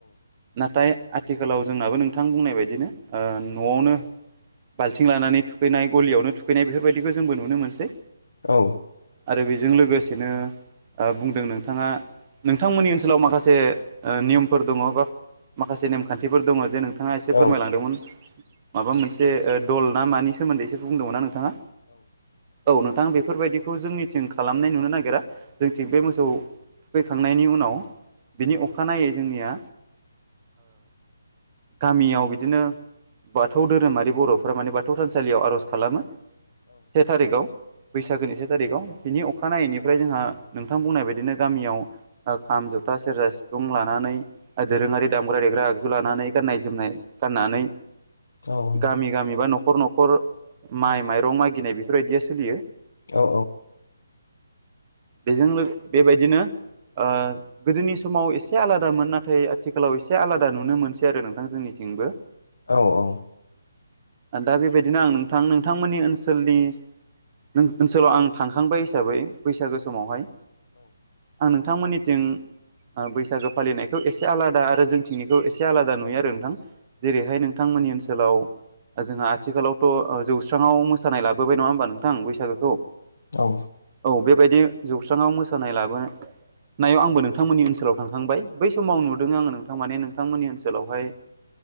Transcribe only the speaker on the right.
नाथाय आथिखालाव जोंनाबो नोंथां बुंनाय बायदिनो। ओ न'आवनो बाल्थिं लानानै थुखैनाय गलियावनो थुखैनाय बेफोरबायदिखौ जोंबो नुनो मोनसै।
आरो बेजों लोगोसेनो बुंदों नोंथाङा नोंथांमोननि ओनसोलाव माखासे ओ नियमफोर दङ' बा माखासे नेमखान्थिफोर दङ' जे नोंथाङा एसे
फोरमायलांदोंमोन माबा मोनसे ओ दल ना मानि सोमोन्दै एसे बुंदोंमोन ना नोंथां? औ नोंथां बेफोरबायदि खौ जोंनिथिं खालामनाय नुनो नागिरा। जोंथिं बे मोसौ थुखैखांनायनि उनाव बिनि अखानायै जोंनिया गामियाव बिदिनो बाथौ धोरोमारि बर'फ्रा माने बाथौ थानसालियाव आर'ज खालामो से थारिखआव बैसागोनि से थारिखआव बिनि अखानायैनिफ्राय जोंहा नोंथां बुंनाय बायदिनो गामियाव खाम जथा सेरजा सिफुं लानानै दोरोङारि दामग्रा देग्रा आगजु लानानै गाननाय जोमनाय गाननानै
गामि गामिबा न'खर न'खर माइ माइरं मागिनाय बेफोरबायदिया सोलियो
बेजों लोगन बेबायदिनो ओ गोदोनि समाव एसे आलादामोन नाथाय आथिखालाव एसे आलादा नुनो मोनसै आरो नोंथां जोंनि थिंबो।
दा बेबायदिनो आं नोंथां नोंथांमोननि ओनसोलनि नों नोंसो ओनसोलाव आं थांखांबाय हिसाबै बैसागो समावहाय आं नोंथांमोननिथिं ओ बैसागो फालिनायखौ एसे आलादा आरो जोंथिंनिखौ एसे आलादा नुयो आरो नोंथां। जेरैहाय नोंथांमोननि ओनसोल ओनसोलाव जोंहा आथिखालावथ' ओ जौस्राङाव मोसानाय लाबोबाय नङा होमबा नोंथां बैसागोखौ?
औ बेबायदि जौस्राङाव मोसानाय लाबोनायाव आंबो नोंथांमोननि ओनसोलाव थांखांबाय। बै समाव नुदों आङो नोंथां माने नोंथांमोननि ओनसोलावहाय